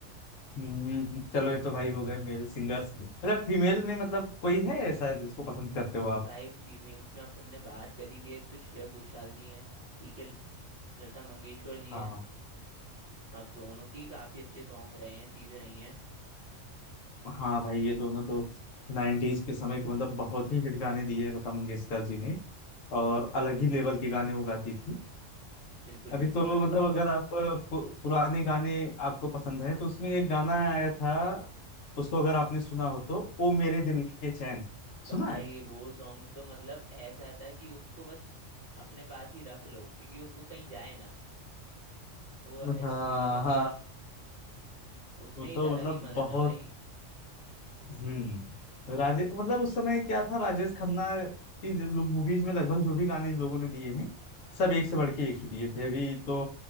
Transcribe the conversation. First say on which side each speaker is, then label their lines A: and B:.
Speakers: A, on the left; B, on the left.
A: हम्म, चलो ये तो भाई हो गए मेल सिंगर्स अच्छा फीमेल में मतलब कोई है ऐसा जिसको पसंद करते हो आप
B: भाई फीमेल्स में अब तुमने बात करी दी है तो श्रेया घोषाल जी हैं ठीक है लता मंगेशकर जी हैं
A: हाँ
B: अब दोनों की काफी अच्छे सॉन्ग रहे हैं चीजें रही हैं
A: हाँ भाई ये दोनों तो नाइन्टीज के समय के मतलब बहुत ही हिट गाने दिए हैं लता मंगेशकर जी ने और अलग ही लेवल के गाने वो गाती थी
B: बिल्कुल
A: अभी
B: बिल्कुल
A: तो
B: भ-
A: मतलब अगर आप अ, पु, पुराने गाने आपको पसंद है तो उसमें एक गाना आया था उसको अगर आपने सुना हो तो ओ मेरे दिल के चैन सुना
B: भाई
A: है
B: वो सॉन्ग तो मतलब ऐसा था कि उसको बस अपने पास ही रख लो क्योंकि उसको कहीं जाए ना वो ऐसा
A: हाँ
B: सॉन्ग था
A: हाँ
B: उसमें
A: वो
B: एक
A: तो
B: अलग
A: मतलब
B: ही मजा
A: बहुत
B: था भाई
A: हम्म राजेश मतलब उस समय क्या था राजेश खन्ना की जो मूवीज में लगभग जो भी गाने इन लोगों ने दिए हैं सब एक
B: हम्म,
A: से बढ़ के एक ही दिए थे अभी तो